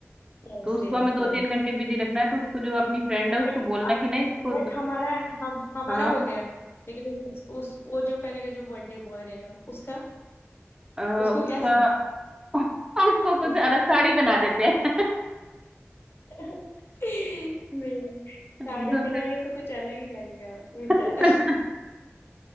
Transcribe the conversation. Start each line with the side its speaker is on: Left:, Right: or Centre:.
Left: Yes
Right: तो उसको
Left: yes
Right: हमें दो
Left: yes
Right: तीन घंटे बिजी रखना है तो उसको जो अपनी फ्रेंड है उसको
Left: बट
Right: बोलना
Left: अब
Right: कि नहीं इसको
Left: बट हमारा हम हमारा
Right: हाँ
Left: हो गया लेकिन उस, उस वो जो पहनेगा जो बर्थडे बॉय रहेगा उसका
Right: अ,
Left: उसको
Right: उसका
Left: क्या थी
Right: <laughs> उसको कुछ
Left: उसका
Right: अलग साड़ी बना देते हैं
Left: <laughs> नहीं
Right: <laughs>
Left: साड़ी
Right: तो
Left: पहनाएंगे
Right: फिर
Left: तो कुछ अलग ही लगेगा बेचारा
Right: <laughs>